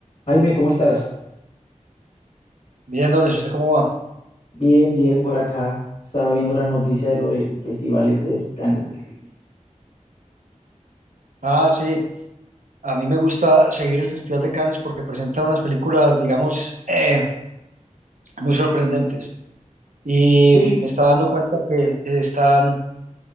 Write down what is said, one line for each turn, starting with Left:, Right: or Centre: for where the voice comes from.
Left: Jaime, ¿cómo estás?
Right: Bien, ¿dónde? ¿Usted cómo va?
Left: Bien, bien por acá. Estaba viendo la noticia de lo del festival este de los Cannes del cine.
Right: Ah, sí. A mí me gusta seguir el Festival de Cannes porque presenta unas películas, digamos, eh, muy sorprendentes. Y
Left: Sí,
Right: me está dando cuenta que están,